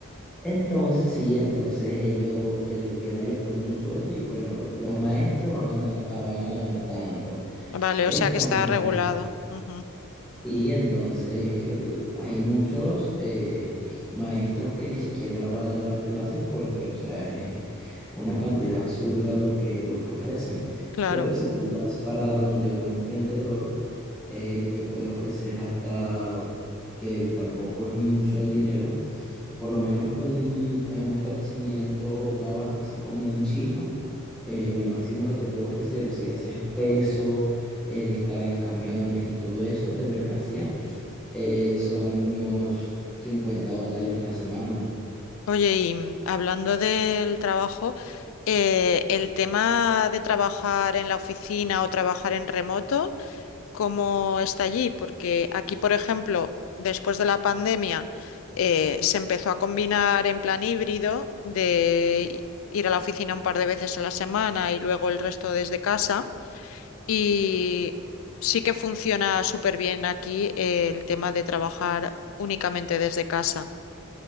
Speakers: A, in the centre; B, on the left.
A: Entonces, sí, entonces ellos, el gobierno le pone un sueldo y bueno, los maestros van a, ganar- a- van a ganar tanto.
B: Vale,
A: Esto
B: o sea que
A: van
B: está
A: a ganar
B: regulado.
A: esto.
B: Ujú,
A: Sí, entonces el- hay muchos eh, maestros que ni siquiera van a dar clases porque, o sea, es una cantidad absurda lo que, lo que ofrecen.
B: claro.
A: Pero si tú vas para donde un emprendedor eh, te puede ofrecer hasta que tampoco es mucho el dinero, por lo menos un, en un establecimiento, un abasto así como un chino, eh, lo máximo que te puede ofrecer si haces peso, eh, descargas camiones y todo eso de mercancía, eh, son unos 50 dólares la semana.
B: Oye, y mm, hablando del trabajo, eh, el tema de trabajar en la oficina o trabajar en remoto, ¿cómo está allí? Porque aquí, por ejemplo, después de la pandemia, eh, se empezó a combinar en plan híbrido de i- ir a la oficina un par de veces a la semana y luego el resto desde casa. Y sí que funciona súper bien aquí, eh, el tema de trabajar únicamente desde casa.